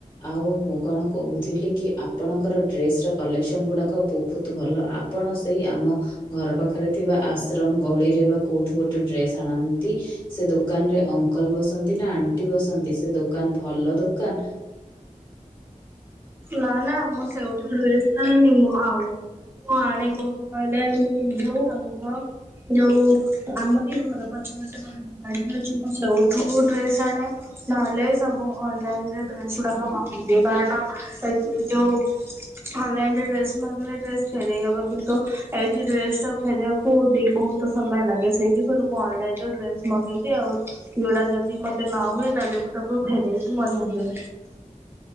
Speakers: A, on the left; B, on the right.
A: ଆଉ ମୁଁ କଣ କହୁଥିଲି କି ଆପଣଙ୍କର ଡ୍ରେସ ର କଲେକ୍ସନ ଗୁଡାକ ବହୁତ ଭଲ ଆ ଆପଣ ସେଇ ଆମ ଘର ପାଖରେ ଥିବା ଆଶ୍ରମ ଗଳିରେ ବା କୋଉଠୁ ଗୋଟେ ଡ୍ରେସ ଆଣନ୍ତି। ସେ ଦୋକାନ ରେ ଅଙ୍କଲ ବସନ୍ତି ନା ଆଣ୍ଟି ବସନ୍ତି ସେ ଦୋକାନ ଭଲ ଦୋକାନ।
B: ନା ନା ମୁଁ ସେଇଠୁ ଡ୍ରେସ ଆଣେନି ମୁଁ ଆଉ ମୁଁ ଆଣେ କୋଉଠି କହିଲେ ମୁଁ ପିନ୍ଧୁ ଆମ ଘ ଯୋଉ ଆମ ଘର ପଛପଟ ମୁଁ କାଲି ଯାଉଛି ମୁ ସେଇଠୁ ଡ୍ରେସ ଆଣେ ନହେଲେ ସବୁ ଅନ୍ଇନରେ ଡ୍ରେସଗୁଡ଼ାକ କମ୍ପ୍ଲିଟ କାରଣ ଯୋଉ ଅନଲାଇନରେ ଡ୍ରେସ ମାଗିଲେ ଡ୍ରେସ ଫେରଇ ହବ କିନ୍ତୁ ଏଇଠି ଡ୍ରେସ ଟା ଫେରେଇବାକୁ ହଉ ଦେଇ ବହୁତ ସମୟ ଲାଗେ ସେଇଠରୁ ମୁଁ ଅନଲାଇନ ଡ୍ରେସ ମଗେଇଛିି ଆଉ ଯଉଟା ଯଦି ମ ମତେ ନ ହୁଏ ତାହେଲେ ତାକୁ ଫେରଇ ବି ମଧ୍ୟ ଦିଏ।